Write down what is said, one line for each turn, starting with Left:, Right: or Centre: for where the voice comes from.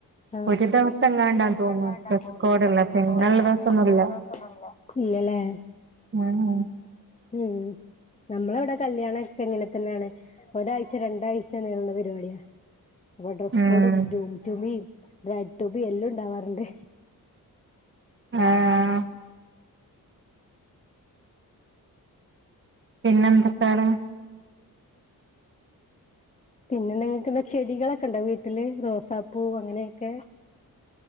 Left: ആ
Right: ഒരു ദിവസംങ്ങാണ്ടാന്ന്
Left: ഒരു ദിവസം
Right: തോന്നുന്നു
Left: എങ്ങാണ്ടാ
Right: ഡ്രസ്
Left: തോന്ന്ണു
Right: കോഡ്ള്ള
Left: ഡ്രസ്സ്
Right: പിന്നെള്ള
Left: കോഡ് ഉള്ളെ
Right: ദിവസൊന്നുല്ല
Left: <unintelligible> ദിവസം ഒന്നുമില്ല. ഇല്ല ലെ
Right: ഉം
Left: ഉം നമ്മുടെ ഇവിടെ കല്യാണ എങ്ങനെ തന്നെയാണ് ഒരാഴ്ച രണ്ടാഴ് ചകണികളുടെ പരിപാടിയാ ഈ ഡ്രസ്സ്‌
Right: ഉം
Left: കോഡും ഗ്രൂമ് റ്റു മീ മ് ബ്രെഡ് ടൂബി എല്ലാം ഉണ്ടാവാറുണ്ട്
Right: അ പിന്നെന്തൊക്കെണ്
Left: പിന്നെന്ത നിങ്ങൾക്ക് ചെടികളൊക്കെ ഉണ്ടാവ വീട്ടില് റോസാപ്പൂ അങ്ങനെയൊക്കെ